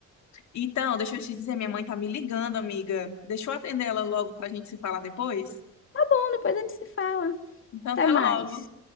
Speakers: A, on the left; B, on the left.
A: Então, deixa eu te dizer, minha mãe tá me ligando, amiga. Deixa eu atender ela logo pra gente se falar depois.
B: Bom, depois a gente se fala.
A: Então,
B: Até
A: até
B: mais.
A: logo.